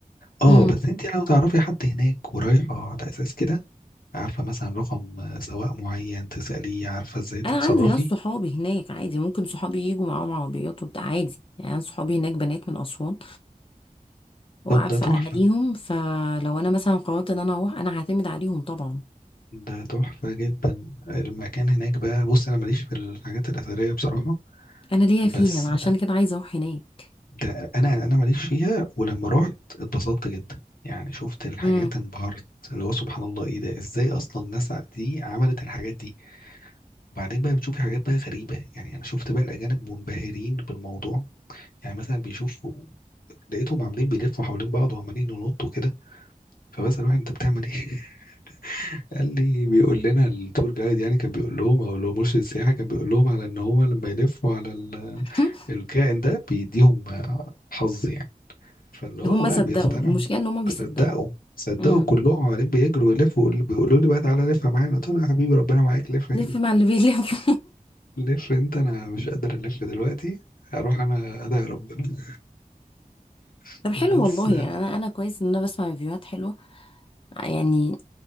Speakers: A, on the left (about 80°); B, on the left (about 40°).
A: اه
B: مم.
A: بس انت لو تعرفي حد هناك ورايحة على أساس كده عارفة مثلا رقم سواق معين تسأليه عارفة ازاي تتصرفي
B: انا عندي ناس صحابي هناك عادي ممكن صحابي يجوا معاهم عربيات وبتاع عادي يعني انا صحابي هناك بنات من اسوان وعارفه
A: طب ده تحفة
B: اهاليهم فلو انا مثلا قررت ان انا اروح انا هعتمد عليهم طبعا
A: ده تحفة جدا المكان هناك بقى بص أنا ماليش في الحاجات الأثرية بصراحة
B: انا ليا
A: بس
B: فيها عشان كده عايزه اروح هناك
A: ده انا انا ماليش فيها ولما رحت اتبسطت جدا يعني شفت الحاجات
B: مم.
A: انبهرت اللي هو سبحان الله ايه ده ازاي اصلا الناس دي عملت الحاجات دي وبعدين بقى بتشوفي حاجات بقى غريبة يعني انا شفت بقى الاجانب منبهرين بالموضوع يعني مثلا بيشوفوا لقيتهم عاملين بيلفوا حوالين بعض وعمالين ينطوا كده فبسأل واحد انت بتعمل ايه <laughs> قال لي بيقول لنا التور جايد يعني كان بيقول لهم او اللي هو مرشد السياحه كان بيقول لهم على ان هو لما يلفوا على ال-
B: <laughs>
A: الكائن ده بيديهم حظ يعني فاللي هو
B: هم
A: بقى
B: صدقوا
A: بيقتنعوا
B: المشكله ان هم بيصدقوا
A: صدقوا صدقوا
B: امم
A: كلهم عمالين بيجروا يلفوا بيقولوا لي بقى تعالى لف معانا قلت له يا حبيبي ربنا معاك لف
B: لف مع اللي بيلف
A: لف انت انا مش قادر الف دلوقتي اروح انا ادعي ربنا
B: <laughs>
A: <laughs>
B: طب حلو
A: بس
B: والله يعني انا انا كويس ان انا بسمع ريفيوهات حلوه آه، يعني